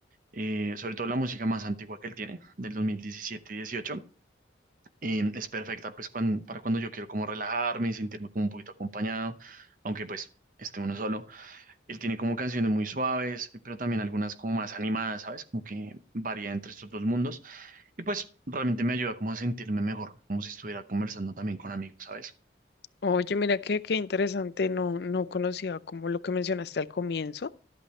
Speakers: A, on the right (about 45°); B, on the left (about 60°).
A: eh, sobre todo la música más antigua que él tiene, del 2017-18, eh, es perfecta pues cuan- para cuando yo quiero como relajarme y sentirme como un poquito acompañado, aunque pues esté uno solo. Él tiene como canciones muy suaves, eh, pero también algunas como más animadas, ¿sabes? Como que varía entre estos dos mundos. Y pues realmente me ayuda como a sentirme mejor, como si estuviera conversando también con amigos, ¿sabes?
B: Oye, mira qué, qué interesante, no, no conocía como lo que mencionaste al comienzo.